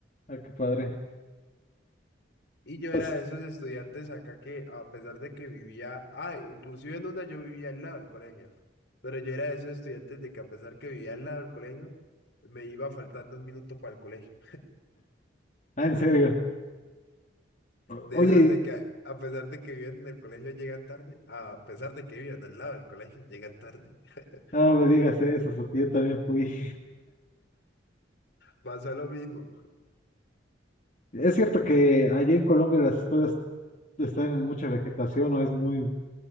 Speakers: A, on the left (about 40°); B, on the left (about 60°).
A: Ah, qué padre.
B: Y yo
A: Pues,
B: era de esos estudiantes acá que, a pesar de que vivía, ah, inclusive en una yo vivía al lado del colegio. Pero yo era de esos estudiantes de que a pesar que vivía al lado del colegio, me iba faltando un minuto para el colegio.
A: ah, en serio. O-
B: De
A: Oye,
B: esos de que a pesar de que viven en el colegio llegan tarde, a pesar de que viven al lado del colegio llegan tarde. <laughs>
A: no me digas eso porque yo también fui.
B: Pasa lo mismo.
A: Es cierto que allá en Colombia las escuelas están en mucha vegetación o es muy,